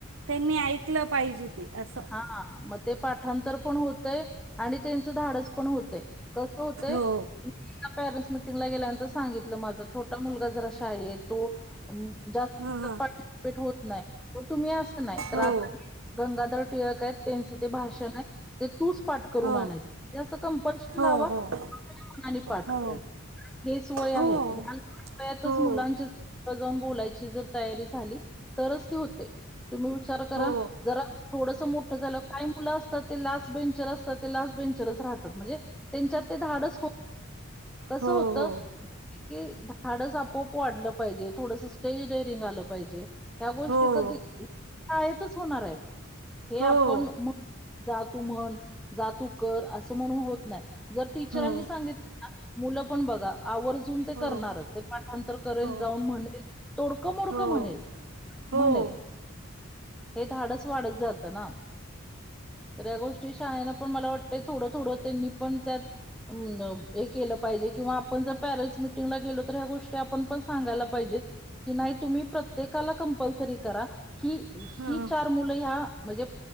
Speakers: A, on the right; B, in the centre.
A: त्यांनी ऐकलं पाहिजे ते असं.
B: हा म ते पाठांतर पण होतंय आणि त्यांचं धाडस पण होतंय. कसं होते
A: हो
B: <inaudible> एका पेरेंटस मिटिंगला गेल्यानंतर सांगितलं माझा छोटा मुलगा जरा शाय येत. तो अम जास्त
A: हां हां
B: <unintelligible> होत नाय पण तुम्ही असं नाय
A: हो
B: तर आता किती गंगाधर टिळक आहेत त्यांचं ते भाषण आहे ते तूच पाठ करून
A: हो
B: आणायचं असं कंपल्शन
A: हो
B: लावा
A: हो
B: <inaudible> पाठ
A: हो
B: करेल. हेच वय
A: हो
B: आहे. <inaudible> वयातच
A: हो
B: मुलांची <inaudible> बोलायची जर तयारी झाली तरच ती होतय. तुम्ही विचार करा
A: हो
B: जरा थोडंसं मोठं झाल्यावर काही मुलं असतात ते लास्ट बेंचर असतात ते लास्ट बेंचरच राहतात म्हणजे त्यांच्यात ते धाडच हो <inaudible> कसं
A: हो
B: होतय ते की धाडस आपोआप वाढलं पाहिजे थोडसं स्टेज डेरिंग आलं पाहिजे. या गोष्टी
A: हो हो
B: कधी <inaudible> शाळेतच होणार आहेत. हे
A: हो
B: आपण <inaudible> जा तू म्हण जा तू कर असं म्हणून होत नाय. जर टीचरांनी
A: हो
B: सांगित मुलं पण बघा आवर्जून ते
A: हो
B: करणारच ते पाठांतर करेल
A: हो
B: जाऊन म्हणेल तोडकं मोडकं
A: हो
B: म्हणेल म्हणेल
A: हो
B: हे धाडस वाढत जातं ना. तर या गोष्टी शाळयाने पण मला वाटतंय थोडं थोडं त्यांनी पण त्यात उम्म न हे केलं पाहिजे किंवा आपण जर पॅरेंट्स मिटिंगला गेलो तर ह्या गोष्टी आपण पण सांगायला पाहिजेत की नाही तुम्ही प्रत्येकाला कंपल्सरी करा ही ही
A: हं
B: चार मुलं ही या म्हणजे